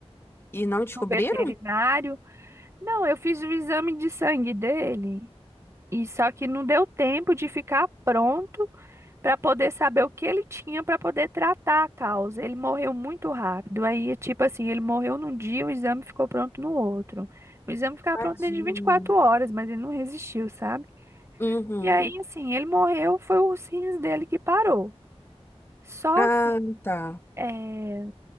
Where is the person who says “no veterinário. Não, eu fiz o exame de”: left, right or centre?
Right